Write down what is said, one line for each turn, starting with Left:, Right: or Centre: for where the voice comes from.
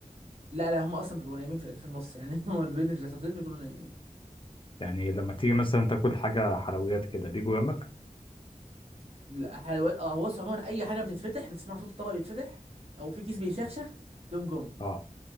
Right: لا لا هم اصلا بيبقوا نايمين في, في النص يعني <laughs> هم بين الجلساتين بيكونوا نايمين
Left: يعني لما تيجي مثلا تاكل حاجه حلويات كده بيجوا جنبك
Right: لا، حلويات اه هو بص عموما اي حاجه بتتفتح بتسمع صوت الطبق بيتفتح او في كيس بيشخشخ تقوم جم
Left: اه